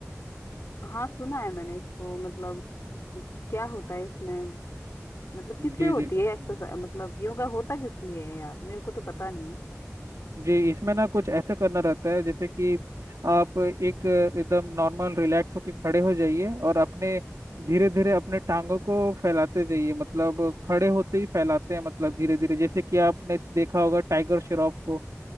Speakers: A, on the left (about 60°); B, on the right (about 80°).
A: हाँ सुना है मैंने इसको मतलब क्या होता है इसमें मतलब किस
B: जी
A: लिए होती
B: जी
A: है
B: बिल्कुल
A: एक्सरसाइज मतलब योगा होता किस लिए है यार मेरे को तो पता नहीं है
B: जी इसमें ना कुछ ऐसे करना रहता है जैसे कि आप एक एकदम नॉर्मल रिलैक्स होके खड़े हो जाइए और अपने धीरे धीरे अपने टांगों को फैलाते जाइए मतलब खड़े होते ही फैलाते हैं मतलब धीरे धीरे जैसे कि आपने देखा होगा टाइगर श्रॉफ को